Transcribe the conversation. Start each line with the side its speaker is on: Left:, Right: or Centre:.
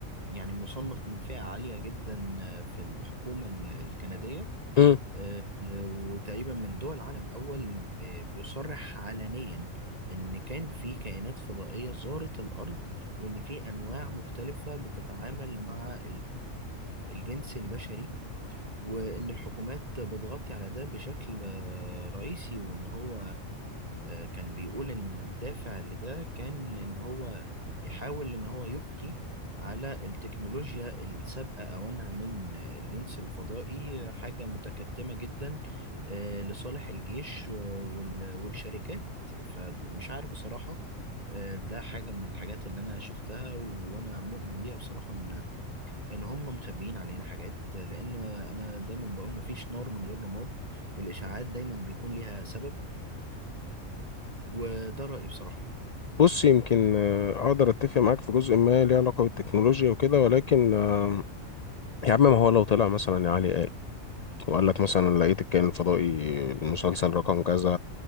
Right: يعني مصنف من فئة عالية جدا آه، في الحكومة ال- الكندية
Left: مم.
Right: آه، آه، وتقريبا من دول عالم أول ب- بيصرح علنيا إن كان في كائنات فضائية زارت الأرض وإن في أنواع مختلفة بتتعامل مع الجنس البشري وإن الحكومات بتغطي على ده بشكل آه، رئيسي وإن هو آه، كان بيقول إن الدافع لده كان إن هو يحاول إن هو يبقي على التكنولوجيا السابقة أوانها من الجنس الفضائي حاجة متكتمة جدا آه، لصالح الجيش آه، وال- والشركات فمش عارف بصراحة آه، ده حاجة من الحاجات اللي أنا شفتها وأنا مؤمن بيها بصراحة ان هم مخبيين علينا حاجات لان انا دايما بقول مفيش نار من غير رماد والاشاعات دايما بيكون ليها سبب وده رايي بصراحه
Left: بص يمكن آه، اقدر اتفق معاك في جزء ما ليه علاقه بالتكنولوجيا وكده ولكن آه، يا عم ما هو لو طلع مثلا يا علي قال وقال لك مثلا لقيت الكائن الفضائي المسلسل رقم كذا